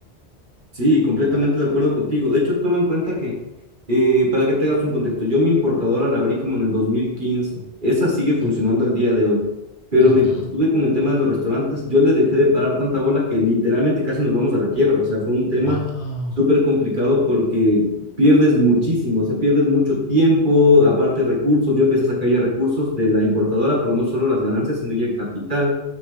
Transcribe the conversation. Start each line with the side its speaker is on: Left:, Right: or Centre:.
Right: Sí, completamente de acuerdo contigo. De hecho, toma en cuenta que, eh, para que te hagas un contexto, yo mi importadora la abrí como en el 2015. Esa sigue funcionando
Left: Mm,
Right: al día de hoy. Pero
Left: ujú.
Right: mientras estuve con el tema de los restaurantes, yo le dejé de parar tanta bola que literalmente casi nos vamos a la quiebra. O sea, fue un tema
Left: Wow.
Right: súper complicado porque pierdes muchísimo, o sea, pierdes mucho tiempo, aparte recursos. Yo empecé a sacar ya recursos de la importadora, pero no solo las ganancias, sino ya el capital.